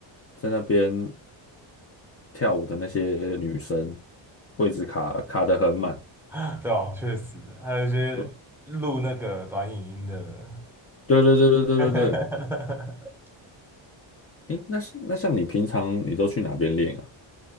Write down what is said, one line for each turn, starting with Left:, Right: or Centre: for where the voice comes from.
Left: 在那边跳舞的那些女生，位置卡卡得很满，
Centre: <laughs> 对啊，确实，还有一些录那个短影音的。
Left: 对对对对对对对。
Centre: <laughs>
Left: 诶，那是那像你平常你都去哪边练啊？